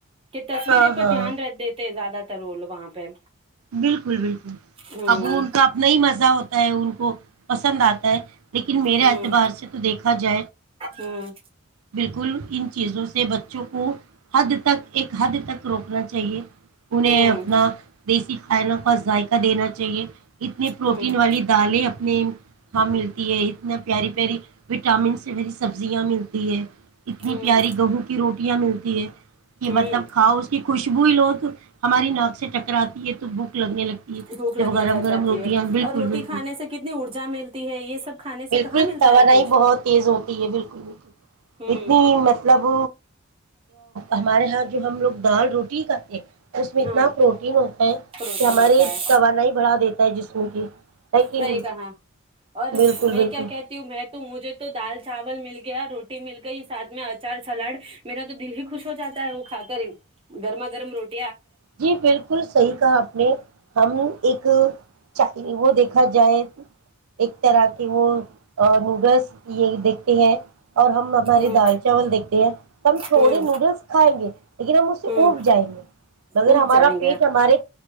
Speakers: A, on the right; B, on the right.
A: کہ تصویریں
B: ہاں
A: پر
B: ہاں
A: دھیانکھ دیتے زیادہ رول وہاں پہ
B: بالکل بالکل
A: ہوں
B: اب وہ ان کا اب ن ہی مزہ ہوتا ہے ان کو پسند آتا ہے لیکن میرے
A: ہوں
B: اعتبار سے تو دیکھا جائے
A: ہوں
B: بالکل ان چیزوں سے بچوں کو حد تک ایک حد تک روکنا چاہیے انہیں
A: ہوں
B: اپنا دیسی کھانوں کا ذائقہ دینا چاہیے اتنی پروٹین
A: ہوں
B: والی دالیں ہاں ملتی ہے اتنا پیاری پیاری وٹامن سے بری سبزیاں ملتی ہے اتنی
A: ہوں
B: پیاری گہو کی روٹی ٹیاں ملتی ہیں کہ
A: ہوں
B: مطلب کھاؤ اس کی خوشبو لو تو ہماری ناک سے ٹکراتا تو بھوک لگنے لگتی ہے
A: بھوک لگنے
B: جب گرم
A: لگ
B: گرم
A: جاتی
B: روٹیاں
A: ہے
B: بالکل
A: اور روٹی
B: بالکل
A: کھانے سے کتنی ارجا ملتی ہے یہ سب کھانے
B: بالکل
A: سے کہاں ملتا
B: توانائی
A: ہے کچھ
B: بہت تیز ہوتی ہے بالکل بالکل
A: ہوں
B: اتنی مطلب ہمارے یہاں جو ہم لوگ دال روٹی اس میں اتنا
A: ہاں
B: پروٹین ہو ہے
A: پروٹین
B: کہ ہمارے
A: ہوتا ہے
B: تواناائی بڑھا دیتا ہے جسم کی ہے کہ
A: صحیح
B: نہیں
A: کہا اور
B: بالکل
A: میں
B: بالکل
A: کیا کہتی ہوں میں تو مجھے تو دال چاول مل گیا روٹی مل گئیاتھ میں اچار سلاڈ میرا تو دل ہی خوش ہو جاتا ہے وہ کھا کر ہی گرما روڈ <inaudible>
B: جی بالکل صحیح کہا آپ نے ہم ایک چ وہ دیکھ ا جائے ایک طرح کے وہ نوڈلس یہ دیکھتے ہیں اور ہمارے
A: ہ
B: دال چاول دیکھتے ہیں ہم تھوڑے
A: ہ
B: نوڈلس کھائیں گے لیکن ہم اسے
A: ہ
B: اگ جائیں گے اگر
A: اوب
B: ہمارا
A: جائیں
B: پیٹ
A: گے
B: ہمارے